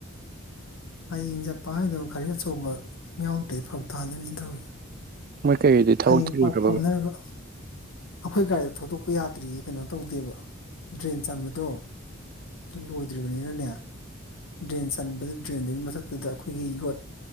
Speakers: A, on the left; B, on the right.
A: ꯍꯌꯦꯡ ꯆꯠꯄ ꯍꯥꯏꯗꯣ ꯈꯔꯤ ꯑꯆꯧꯕ ꯌꯥꯎꯗꯦ ꯐꯔ ꯇꯥꯗꯣꯏꯅꯤ ꯇꯧꯔꯤ
B: ꯃꯣꯏ ꯀꯩꯀꯩꯗꯤ ꯊꯕꯛ
A: ꯍꯌꯦꯡ
B: ꯊꯤꯔꯨꯈ꯭ꯔꯕꯒꯦ
A: ꯄꯥꯎ ꯐꯥꯎꯅꯔꯒ ꯑꯩꯈꯣꯏ ꯒꯥꯔꯤꯗ ꯊꯧꯗꯣꯛꯄ ꯌꯥꯗ꯭ꯔꯤꯌꯦ ꯀꯩꯅꯣ ꯇꯧꯗꯦꯕ ꯗ꯭ꯔꯦꯟ ꯆꯟꯕꯗꯣ ꯑꯗꯨ ꯂꯣꯏꯗ꯭ꯔꯤꯕꯅꯤꯅꯅꯦ ꯗ꯭ꯔꯦꯟ ꯆꯟꯕꯗꯨ ꯗ꯭ꯔꯦꯟꯗꯨꯒꯤ ꯃꯊꯛꯇꯨꯗ ꯑꯩꯈꯣꯏꯒꯤ ꯌꯣꯠ